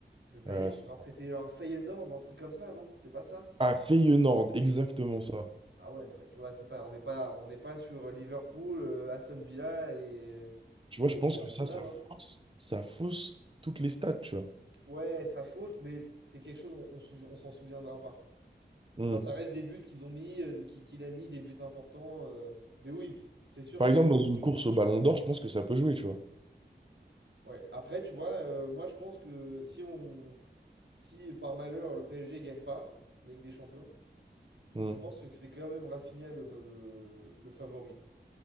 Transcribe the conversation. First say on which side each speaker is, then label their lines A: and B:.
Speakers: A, on the right; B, on the right.
A: Le Bayern,
B: Ouais, ouais, c'est
A: Ok. alors
B: ça.
A: c'était un Feyenoord ou un truc comme ça, non? C'était pas ça?
B: Ah, Feyenoord, exactement ça.
A: Ah ouais, non mais tu vois, c'est pas, on n'est pas, on n'est pas sur Liverpool, euh, Aston Villa et,
B: Tu
A: et
B: vois, je pense
A: Arsenal,
B: que ça, ça
A: hein.
B: fausse, ça fausse toutes les stats, tu vois.
A: Ouais, ça fausse, mais c- c'est quelque chose, on, on souvi- on s'en souviendra pas.
B: Hmm.
A: Enfin, ça Ouais. reste des buts qu'ils ont mis, euh, des- qui- qu'il a mis, des buts importants. euh, mais oui, c'est sûr
B: Par
A: que
B: exemple,
A: quand tu-
B: dans une
A: tu-
B: course au Ballon d'Or, je pense que ça peut jouer, tu vois.
A: Ouais. Après, tu vois, euh, moi je pense que si on, si par malheur le PSG gagne pas la Ligue des Champions,
B: Hmm.
A: Je pense que c'est quand même Rafinha le, euh, le favori.